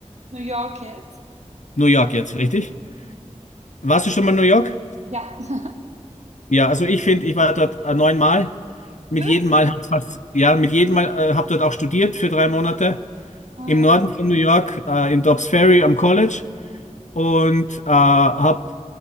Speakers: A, on the right (about 70°); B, on the left (about 85°).
A: New York jetzt?
B: New York jetzt, richtig? Warst du schon mal in New York?
A: Ja. <laughs>
B: Ja, also ich finde, ich war dort äh, neunmal. Mit
A: Wirklich?
B: jedem Mal hat's was, ja, mit jedem Mal äh, habe dort auch studiert für drei Monate
A: Ah.
B: im Norden von New York, äh, in Dobbs Ferry am College und äh, habe